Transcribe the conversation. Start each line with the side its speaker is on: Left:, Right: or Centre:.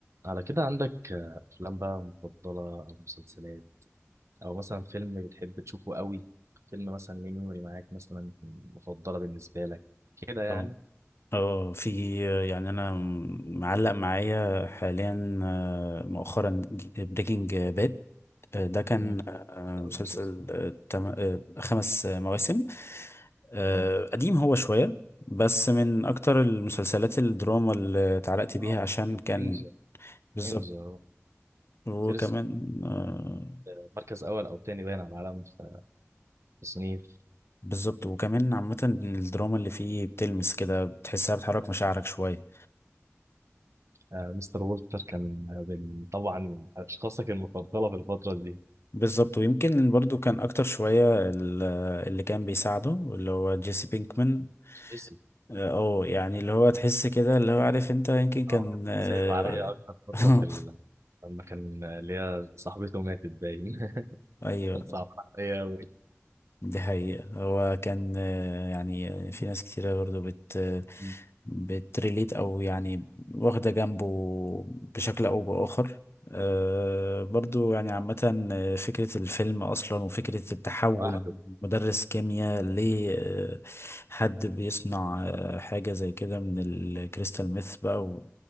Right: على كده عندك آه، أفلام بقى مفضلة أو مسلسلات أو مثلا فيلم بتحب تشوفه قوي فيلم مثلا ليه ميموري معاك مثلا مفضلة بالنسبة لك كده يعني
Left: اه آه، في يعني انا معلق معايا حاليا آه، مؤخرا بريكنج باد ده كان
Right: مم.
Left: آه، مسلسل
Right: أو المسلسل
Left: آه، تم- آه، خمس آه، مواسم آه،
Right: مم.
Left: قديم هو شوية بس من اكتر المسلسلات الدراما اللي اتعلقت بيها
Right: آه، بس
Left: عشان كان
Right: نينجا
Left: بالظبط
Right: نينجا هو
Left: وكمان
Right: فيرست
Left: آه،
Right: آه، مركز أول أو تاني باين على العالم في في تصنيف
Left: بالظبط وكمان عامة الدراما اللي فيه بتلمس كده بتحسها بتحرك مشاعرك شوية
Right: آه، مستر وولتر كان آه، من طبعا من أشخاصك المفضلة في الفترة دي
Left: بالظبط ويمكن برضو كان اكتر شوية ال- اللي كان بيساعده اللي هو جيسي بينكمان
Right: اسم
Left: اه يعني اللي هو تحس كده اللي هو عارف انت يمكن آه، كان كان
Right: اه كنت سايب عليا
Left: خايف عليه
Right: أكتر فترة
Left: آه،
Right: في ال... لما كان آه، اللي هي صاحبته ماتت باين <laughs>
Left: <laughs> ايوه
Right: كان صعب عليا أوي.
Left: دي حقيقة هو كان آه، يعني في ناس كتيرة برضو بت آه،
Right: مم.
Left: بتريليت أو يعني واخدة جنبه بشكل أو بآخر آه، برضو يعني عامة
Right: صعب.
Left: آه، فكرة الفيلم أصلا وفكرة التحول
Right: وأهله
Left: من مدرس كيمياء لحد بيصنع آه، حاجة زي كده من الكريستال ميث بقى و...